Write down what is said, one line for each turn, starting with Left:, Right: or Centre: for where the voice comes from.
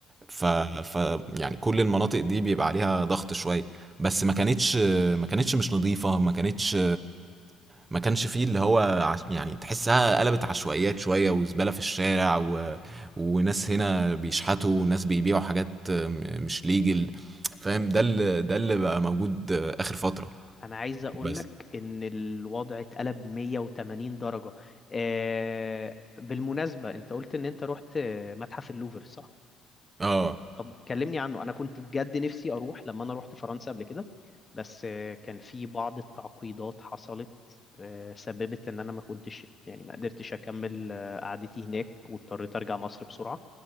Right: ف... ف يعني كل المناطق دي بيبقى عليها ضغط شويه بس ما كانتش ما كانتش مش نظيفه ما كانتش ما كانش فيه اللي هو عش... يعني تحسها قلبت عشوائيات شوية وزبالة في الشارع و... وناس هنا بيشحتوا وناس بيبيعوا حاجات م- مش ليجل فاهم ده اللي ده اللي بقى موجود آخر فترة
Left: انا عايز اقولك
Right: بس
Left: ان الوضع اتقلب 180 درجة آه بالمناسبة انت قلت ان انت رحت متحف اللوفر صح
Right: اه
Left: طب كلمني عنه انا كنت بجد نفسي اروح لما انا رحت فرنسا قبل كده بس آه كان في بعض التعقيدات حصلت آه سببت ان انا ما كنتش يعني ما قدرتش اكمل آه قعدتي هناك واضطريت ارجع مصر بسرعة